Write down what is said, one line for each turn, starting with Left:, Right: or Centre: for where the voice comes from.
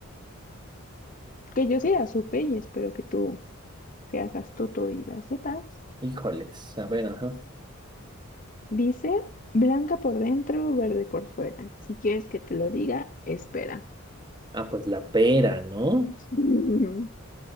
Left: que yo sí la supe y espero que tú seas astuto y la sepas.
Right: Híjoles, a ver, ajá.
Left: Dice, blanca por dentro, verde por fuera. Si quieres que te lo diga, espera.
Right: Ah, pues la pera, ¿no?
Left: <laughs>